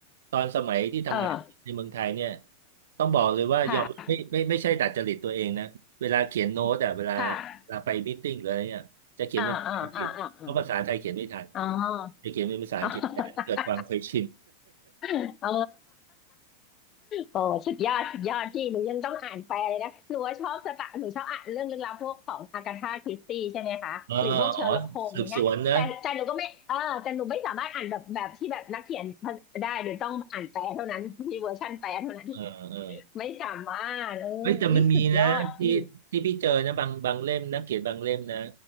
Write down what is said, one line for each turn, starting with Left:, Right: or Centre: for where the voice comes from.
Right: ตอนสมัยที่ทำงานในเมืองไทยเนี่ย
Left: เออ
Right: ต้องบอกเลยว่ายอมไม่ไม่ไม่ใช่ดัดจริตตัวเองนะเวลาเขียนโน้ตอะเวลาเวลาไปมีตติ้งหรืออะไรเนี่ยจะเขียนเป็นภาษาอังกฤษเพราะภาษาไทยเขียนไม่ทัน
Left: ค่ะค่ะอ่าอ่าอ่าอ่าอ่าอ๋อ
Right: จะเขียนเป็นภาษาอังกฤษแต่เกิดความเคยชิน
Left: <laughs> อ๋อเออโอ้สุดยอดสุดยอดพี่หนูยังต้องอ่านแปลเลยนะหนูว่าชอบสตะหนูชอบอ่านเรื่องลึกลับพวกของอากาธาคริสตี้ใช่ไหมคะ
Right: เอออ๋อสืบสวนนะ
Left: หรือพวกเชอร์ล็อกโฮมอย่างเงี้ยแต่แต่หนูก็ไม่เออแต่หนูไม่สามารถอ่านแบบแบบที่แบบนักเขียนได้หนูต้องอ่านแปลเท่านั้นมีเวอร์ชันแปลเท่านั้น
Right: เออเออ
Left: ไม่สามารถเออวิสุดยอดพี่
Right: เฮ้ยแต่มันมีนะที่ที่พี่เจอนะบางบางเล่มนะเขียนบางเล่มนะ